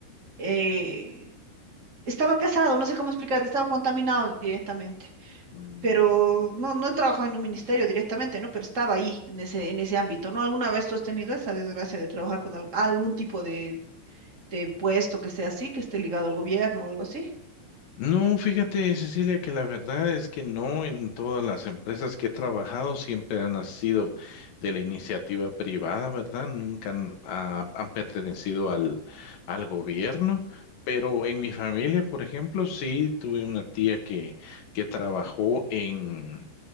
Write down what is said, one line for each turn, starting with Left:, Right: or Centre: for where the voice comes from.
Right: eh, estaba casado, no sé cómo explicarte, estaba contaminado directamente,
Left: mm,
Right: pero no, no he trabajado en un ministerio directamente, ¿no? Pero estaba ahí, en ese, en ese ámbito, ¿no? ¿Alguna vez tú has tenido esa desgracia de trabajar con al- algún tipo de, de puesto que sea así, que esté ligado al gobierno o algo así?
Left: No, fíjate, Cecilia, que la verdad es que no en todas las empresas que he trabajado siempre han sido de la iniciativa privada, ¿verdad? Nunca han, ah, han pertenecido al, al gobierno, pero en mi familia, por ejemplo, sí tuve una tía que, que trabajó en,